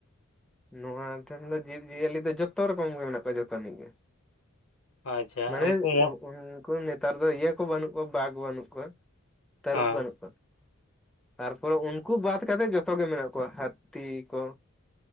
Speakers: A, in the centre; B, on the left.
A: ᱱᱚᱣᱟ ᱴᱷᱮᱸᱱ ᱫᱚ ᱡᱤᱵᱽ ᱡᱤᱭᱟᱹᱞᱤ ᱫᱚ ᱡᱚᱛᱚ ᱨᱮᱠᱚᱢ ᱜᱮ ᱢᱮᱱᱟᱜ ᱠᱚᱣᱟ ᱡᱚᱛᱚᱱᱤᱡ ᱜᱮ᱾
B: ᱟᱪᱪᱷᱟ
A: ᱢᱟᱱᱮ
B: ᱩᱱᱠᱩ ᱢᱚ
A: ᱱᱩ ᱩᱱ ᱠᱩ ᱫᱚ ᱱᱮᱛᱟᱨ ᱫᱚ ᱤᱭᱟᱹ ᱠᱚ ᱵᱟᱹᱱᱩᱜ ᱠᱚᱣᱟ ᱵᱟᱜᱽ ᱵᱟᱹᱱᱩᱜ ᱠᱚᱣᱟ, ᱛᱟᱹᱨᱩᱵ
B: ᱦᱮᱸ
A: ᱵᱟᱹᱱᱩᱜ ᱠᱚᱣᱟ᱾ ᱛᱟᱨᱯᱚᱨᱮ ᱩᱱᱠᱩ ᱵᱟᱫᱽ ᱠᱟᱛᱮ ᱡᱚᱛᱚ ᱜᱮ ᱢᱮᱱᱟᱜ ᱠᱚᱣᱟ, ᱦᱟᱹᱛᱤ ᱠᱚ